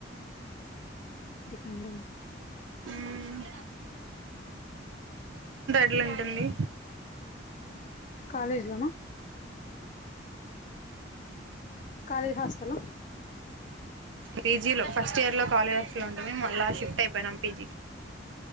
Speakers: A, on the left (about 40°); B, on the right (about 85°).
A: అండ్ ఇంకా
B: మ్మ్ <unintelligible> అంటుంది
A: కాలేజ్ లోనా కాలేజ్ హాస్టలా
B: పీజీలో ఫస్ట్ ఇయర్ లో కాలేజ్ హాస్టల్ లో ఉంటిమి మళ్ళా షిఫ్ట్ అయిపోయినాం పీజీకి